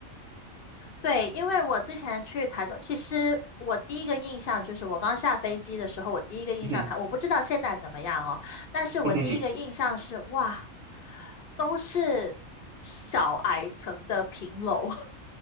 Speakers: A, on the left (about 50°); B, on the right (about 80°).
A: 对，因为我之前去台中，其实我第一个印象就是我刚下飞机的时候，我第一个印象台，
B: 嗯哼，
A: 我不知道现在怎么样哦，但是我第一个印象是哇，
B: 嗯哼，
A: 都是小矮层的平楼，<laughs>